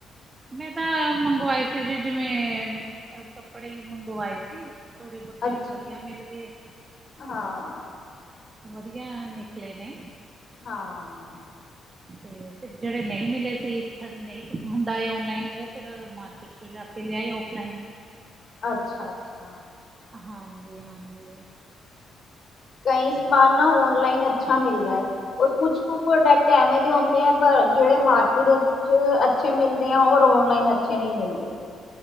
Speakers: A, on the right; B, on the left.
A: ਮੈਂ ਤਾਂ ਮੰਗਵਾਏ ਸੀ ਜੀ ਜਿਵੇਂ ਕੱਪੜੇ ਈ ਮੰਗਵਾਏ ਸੀ। ਥੋੜੇ ਬਹੁਤੇ
B: ਅੱਛਾ
A: ਵੀ ਵਧੀਆ ਮਿਲ ਗਏ, ਤੇ
B: ਹਾਂ
A: ਵਧੀਆ ਆ ਨਿਕਲੇ ਨੇ।
B: ਹਾਂ।
A: ਤੇ ਫਿਰ ਜਿਹੜੇ ਨਹੀਂ ਮਿਲੇ ਸੀ ਸਾਡੇ ਨਹੀਂ ਪਸੰਦ ਆਏ ਓਨਲਾਈਨ ਉਹ ਫਿਰ ਮਾ- ਮਾ‌‌ਰਕੀਟ ਚੋਂ ਜਾ ਕੇ ਲਿਆ ਆਏ ਔਫਲਾਈਨ।
B: ਅੱਛਾ-ਅੱਛਾ।
A: ਹਾਂਜੀ-ਹਾਂਜੀ।
B: ਕਈ ਸਮਾਨ ਨਾ ਔਨਲਾਈਨ ਅੱਛਾ ਮਿਲਦਾ ਐ। ਹੋਰ ਕੁਛ ਕੁ ਪ੍ਰੋਡਕਟਵੇਂ ਦੇ ਹੁੰਦੇ ਆ ਪਰ ਜਿਹੜੇ ਮਾਰਕੀਟ, ਅੱਛੇ ਮਿਲਦੇ ਆ ਔਰ ਔਨਲਾਈਨ ਅੱਛੇ ਨੀ ਮਿਲਦੇ।